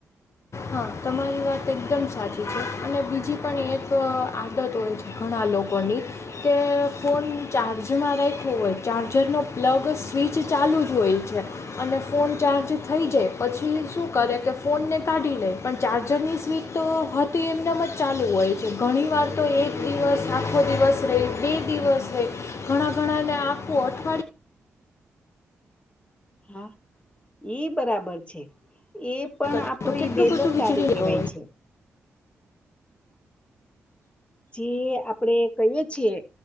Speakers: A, on the left; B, on the left.
A: હા તમારી વાત એકદમ સાચી છે અને બીજી પણ એક આદત હોય છે ઘણા લોકોની કે ફોન ચાર્જમાં રાખવો હોય ચાર્જરનો પ્લગ સ્વિચ ચાલુ જ હોય છે અને ફોન ચાર્જ થઈ જાય પછી શું કરે કે ફોનને કાઢી લે પણ ચાર્જરની સ્વીટ તો હતી એમનામ જ ચાલુ હોય છે ઘણી વાર તો એક દિવસ આખો દિવસ રહેહી બે દિવસ રહી ઘણા ઘણા ને આખું અઠવાડિય
B: હા ઈ બરાબર છે એ પણ
A: કરે
B: આપણું
A: તો કેટલું
B: બેદરકારી
A: બધું વીજળી
B: કહેવાય
A: જતો હોય
B: છે એ આપડે કહીએ છીએ